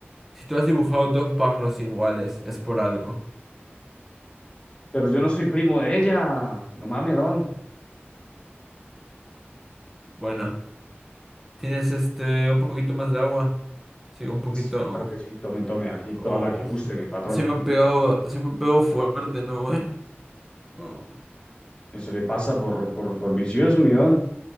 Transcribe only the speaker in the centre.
Si tú has dibujado dos pájaros iguales, es por algo.
Bueno, ¿tienes este un poquito más de agua? Sí, un poquito.
Oh,
se me ha pegado, se me ha pegado fuerte, ¿no, güey? Oh,